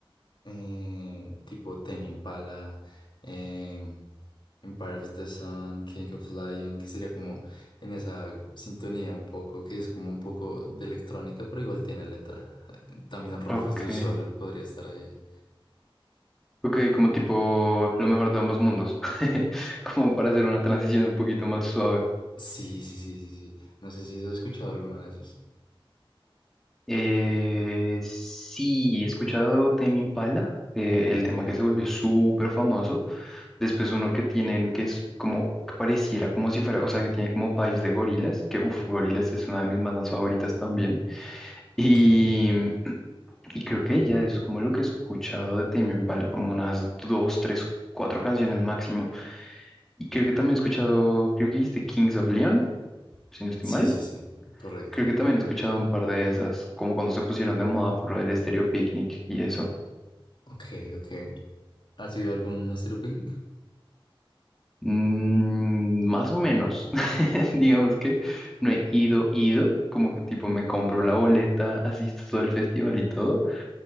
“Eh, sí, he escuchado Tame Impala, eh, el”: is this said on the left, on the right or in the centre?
Centre